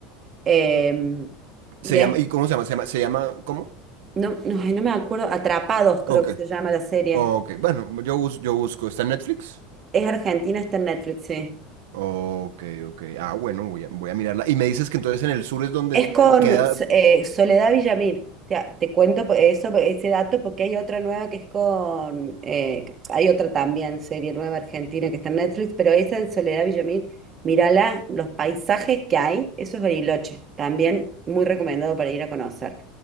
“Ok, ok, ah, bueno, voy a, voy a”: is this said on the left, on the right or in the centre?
Right